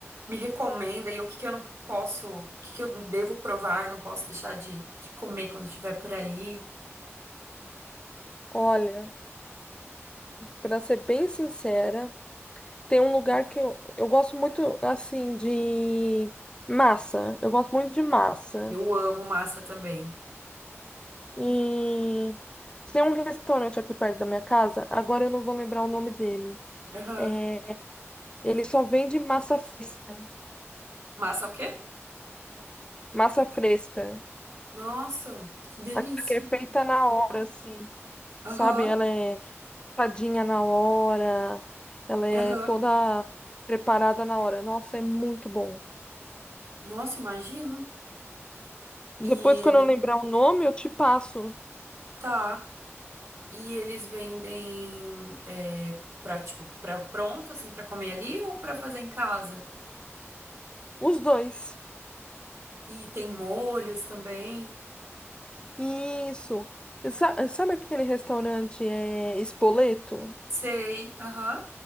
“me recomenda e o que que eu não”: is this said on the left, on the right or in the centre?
Right